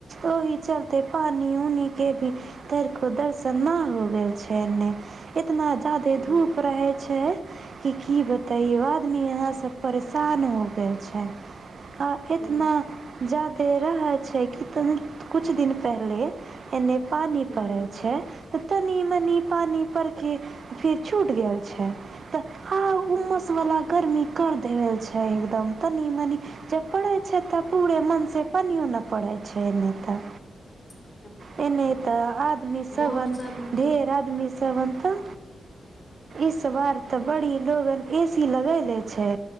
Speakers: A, on the right; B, on the left.
A: ओहि। चलते पानि उनी के भी धर को दर्शन न हो गेल छै ने एतना जादे
B: ह
A: धूप रहै छै कि की बतैयो आदमी अहाँ सब परेशान हो गेल छै आ एतना
B: ह
A: जादे रह छै कि तनि कुछ दिन पहिले एने पानि
B: हूँ
A: पड़ै छै तऽ तनी-मनी पानी परके फेर छूट गेल छै आ
B: हूँ
A: उमस वाला गर्मी कर द छै एकदम तनी-मनि जब पड़ै छै तऽ पूरे मनसे पनियो ने पड़ै छै एने त
B: <inaudible>
A: ऐने त आदमी सब
B: मौसम
A: न ढेर
B: तो
A: आदमी सबन त इस बार तऽ
B: हूँ
A: बड़ी लोगन एसी लगैले छै